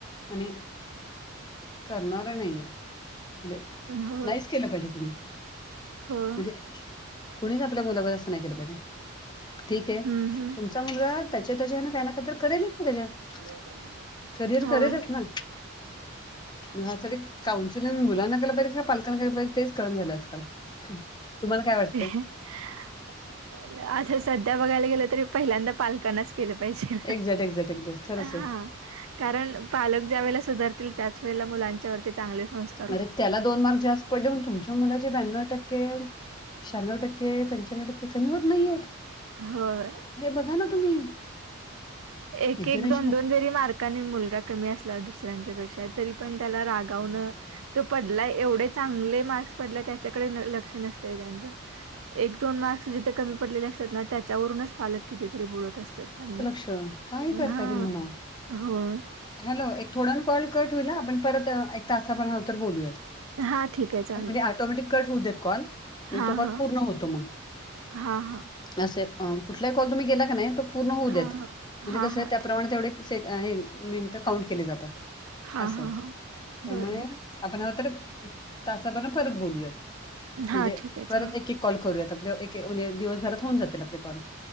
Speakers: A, on the left (about 20°); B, on the right (about 80°).
A: आणि करणार नाहीये. म्हणजे
B: होय,
A: नाहीच केलं पाहिजे कुणी
B: होय.
A: म्हणजे कुणीच आपल्या मुलावर असं नाय केलं पाहिजे. ठीकेय
B: हं, हं.
A: तुमचा मुलगा त्याच्या त्याच्यान काय ना काय तर करेलच ना त्याच्यात.
B: <unintelligible>
A: करिअर
B: होय.
A: करेलच ना. म ह्यासाठी काउन्सलिंग मुलांना केलं पाहिजे का पालकांना केलं पाहिजे तेच कळण झालयं आज. काल तुम्हाला काय वाटतंय?
B: <inaudible> आशा सध्या बघायला गेलं तरी पहिल्यांदा पालकांनाच केलं पाहिजे
A: एक्झॅक्ट एक्झॅक्ट एक्झॅक्ट खरंच
B: हा.
A: आहे.
B: कारण पालक ज्या वेळेला सुधारतील त्याच वेळेला मुलांच्यावरती चांगले संस्
A: अरे त्याला दोन मार्क जास्त पडले तुमच्या मुलाचे ब्यान्णव टक्के शहाण्णव टक्के पंच्याण्व टक्के कमी होत नाहीयेत.
B: होय.
A: हे बघा ना तुम्ही
B: एक,
A: इतर
B: एक
A: रेश्मा
B: दोन, दोन जरी मार काने मुलगा कमी असला दुसऱ्यांच्या पेक्षा तरी पण त्याला रागवणं तो पडला एवढे चांगले मार्क्स पडले त्याच्याकडे लक्ष नसतय त्यांचं एक दोन मार्क्स जिथे कमी पडलेले असतात ना त्याच्यावरूनच पालक कितीतरी बोलत असतात त्यांना
A: छ का हे करताय
B: हा
A: तुम्ही म्हणा.
B: होय
A: हॅलो एक थोड्या वेळानं कॉल कट होईल आपण परत एक तासा भरानंतर बोलूयात
B: हां, ठीक आहे चालेल.
A: म्हणजे ऑटोमॅटिक कट होऊ देत कॉल म्हणजे
B: हां,
A: तो कॉल
B: हां.
A: पूर्ण होतो मग
B: हां, हां.
A: असय कुठलाही कॉल तुम्ही गेला का नाही तो पूर्ण होऊ
B: हां,
A: देत
B: हां.
A: म्हणजे
B: हां,
A: कसंय
B: हां.
A: त्याप्रमाणे
B: ठीक.
A: तेवढे से मिनट काउंट केले जातात
B: हां,
A: असय
B: हां, हां.
A: त्यामुळे
B: बरं, बरं.
A: आपण ह तर तास आपण परत बोलूयात
B: हां,
A: म्हणजे
B: ठीक आहे
A: परत
B: चालेल.
A: एक, एक कॉल करुयात आपल एक म्हणजे दिवसभरात होऊन जातील आपले कॉल